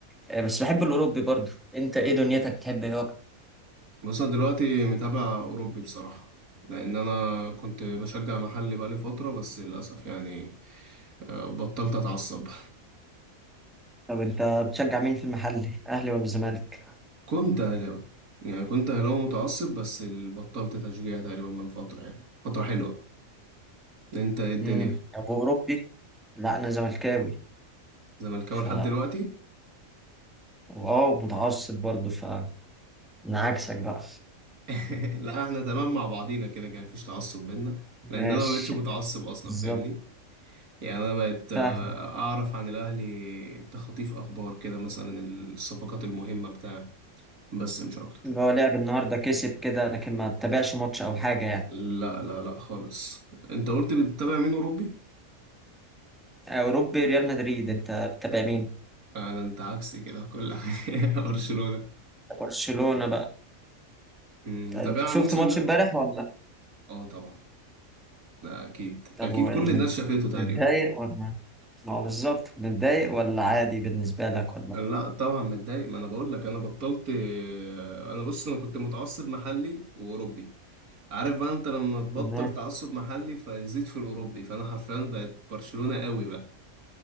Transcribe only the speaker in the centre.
آه، بس بحب الاوروبي برضه انت ايه دنيتك بتحب ايه اكتر
طب انت بتشجع مين في المحلي اهلي ولا زمالك
امم ابو اوروبي لا انا زملكاوي
ف
واو متعصب برضه ف انا عكسك بقى
ماشي
بالظبط
فاهم
اللي هو لعب النهارده كسب كده لكن ما تتابعش ماتش او حاجه يعني
آه، اوروبي ريال مدريد انت بتتابع مين
برشلونة بقى
طب
شفت
ماتش
امبارح ولا
طب
و-
مت-
متضايق ولا ما هو بالظبط متضايق ولا عادي بالنسبة لك ولا
ما-